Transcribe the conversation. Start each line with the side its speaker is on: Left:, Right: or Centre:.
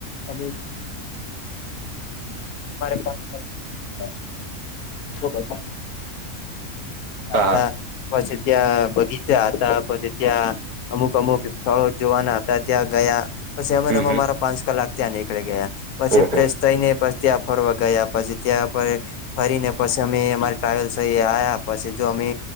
Left: અમે એક કલાક <unintelligible> <unintelligible> <unintelligible> જાતા.
Right: હા
Left: પછી ત્યાં બગીચા હતા, પછી ત્યાં અમુક-અમુક સ્થળો જોવાના હતા ત્યાં ગયા. પછી અમાં
Right: હમ
Left: ને આમાં
Right: હમ
Left: મારા પાંચ કલાક ત્યાં નીકળી ગયા. પછી
Right: ઓહો
Left: ફ્રેશ થઈ ને પછી ત્યાં ફરવા ગયા પછી ત્યાં પર ફરીને પછી અમે અમારી ટ્રાવેલ્સે આયા. પછી જો અમે